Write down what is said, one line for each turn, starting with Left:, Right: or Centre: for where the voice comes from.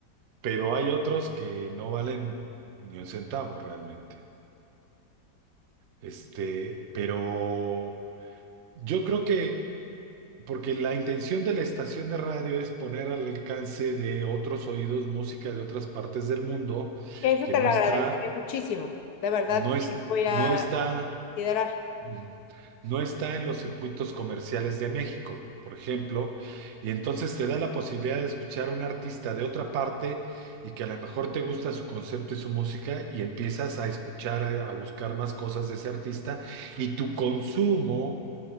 Right: pero hay otros que no valen ni un centavo realmente. Este, pero yo creo que, porque la intención de la estación de radio es poner al alcance de otros oídos música de otras partes del mundo
Left: Que eso
Right: que
Left: te
Right: no
Left: lo
Right: está,
Left: agradeceré muchísimo. De verdad,
Right: no es,
Left: sí, voy
Right: no
Left: a
Right: está.
Left: Considerar.
Right: Ujú. No está en los circuitos comerciales de México, por ejemplo, y entonces te da la posibilidad de escuchar a un artista de otra parte y que a lo mejor te gusta su concepto y su música y empiezas a escuchar, a, a buscar más cosas de ese artista y tu consumo